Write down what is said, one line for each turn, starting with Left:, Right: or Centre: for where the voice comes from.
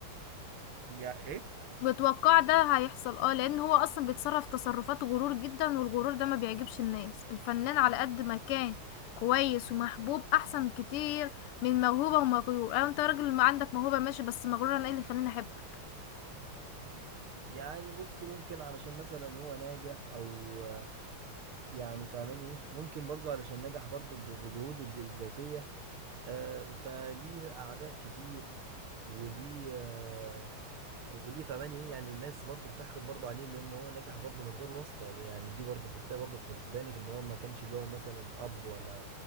Right: يا ايه
Left: متوقع ده هيحصل اه لان هو اصلا بيتصرف تصرفات غرور جدا والغرور ده ما بيعجبش الناس الفنان على قد ما كان كويس ومحبوب احسن كتير من موهوبة ومغيور أو انت راجل ما عندك موهوبة ماشي بس مغرور انا ايه اللي يخليني احبك
Right: يعني بص ممكن علشان مثلا هو ناجح او يعني فاهماني ايه ممكن برضو علشان نجح برضو ب- بجهوده الج- الذاتية آه، فليه أعداء كتير وليه آه، وليه فمان ايه يعني الناس برضو بتحقد برضو عليه لأن هو نجح برضو من غير واسطة ده يعني دي برضو تحطيها برضو في حسبانك إن هو ما كانش له مثلا أب ولا